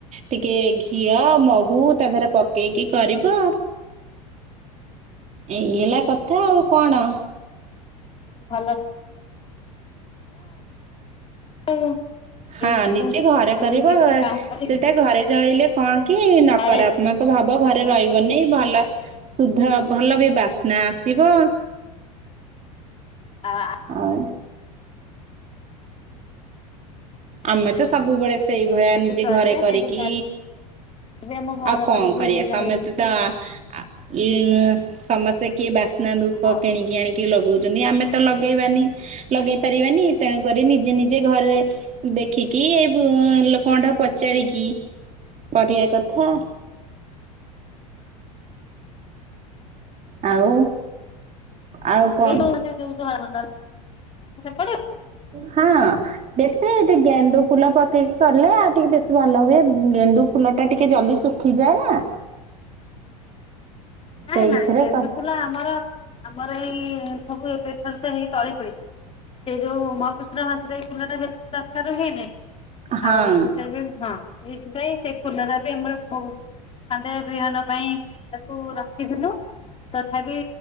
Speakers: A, on the right; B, on the left.
A: ଟିକେ ଘିଅ ମହୁ ତା ଦେହେରେ ପକେଇକି କରିବ। ଏଇ ହେଲା କଥା ଆଉ କଣ।
B: ଏ <inaudible> ଭଲ <inaudible> ଆଉ ଆମେ
A: ହଁ
B: ଏଇଥିରୁ
A: ନିଜେ ଘରେ
B: ମୁଁ
A: କରିବ।
B: କିଛି କାମ କରେ
A: ସେଟା ଘରେ ଜଳେଇଲେ କଣ କି ନକାରତ୍ମ
B: ଘରେ
A: କ ଭାବ ଘରେ ରହିବନି ଭଲ ଶୁଦ୍ଧ ଭଲ ବି ବାସ୍ନା ଆସିବ।
B: ଆ
A: ଆଏ ଆମେ ତ ସବୁବେଳେ ସେଇଭଳିଆ
B: ଆମେ
A: ନିଜେ
B: ବି କରିବା
A: ଘରେ କରିକି
B: ସେଇଠୁ ଆମ ଘର
A: ଆଉ କଣ
B: ପାଖରୁ କିଣିକି
A: କରିବା ସମେତେ
B: ଆଣିକି
A: ତ ଆ ଇଏ ସମସ୍ତେ କିଏ ବାସ୍ନା ଧୂପ
B: ଆଉ
A: କିଣିକି ଆଣି କି ଲଗୋଉଚନ୍ତି ଆମେ ତ ଲଗେଇବାନି ଲଗେଇ ପାରିବାନି ତେଣୁ କରି ନିଜେ ନିଜେ ଘରେ ଦେଖିକି ଏ ଲୋକଙ୍କଠା ପଚାରିକି କରିବା କଥା। ଆଉ ଆଉ କଣ
B: ଏ ହରମ <unintelligible> <inaudible>
A: ହଁ ବେଶ ସେଠି ଗେଣ୍ଡୁ ଫୁଲ ପକେଇକି କଲେ ଆଉ ଟିକେ ବେଶୀ ଭଲ ହୁଏ ଗେଣ୍ଡୁ ଫୁଲ ଟା ଟିକେ ଜଲ୍ଦି ଶୁଖ ଶୁଖିଯାଏ ନା।
B: ନାଇଁ
A: ସେଇଥିରେ
B: ନାଇଁ ଗେଣ୍ଡୁ
A: କ-
B: ଫୁଲ ଆମର ଆମର ଏଇ ସବୁ ଏବେଠାରୁ ତ ହେଇି ତଳି ପଡିଲାଣି ସେଇ ଯୋଉ ମହାପୁଶୁର ମାସଟ ଏଇ କୁଣ୍ଡ ଟା ବେଶୀ ଦରକାର ହୁଏନାହିଁ
A: ହଁ
B: ଆଉ ସେଥି ବି ହଁ। ସେଇଥିପାଇଁ ସେ ଫୁଲଟା ବି ଆମର ବହୁତ ଖାଣ୍ଡେ ବିହନ ପାଇଁ ତାକୁ ରଖିଥିଲୁ ମୁଁ ତଥାପି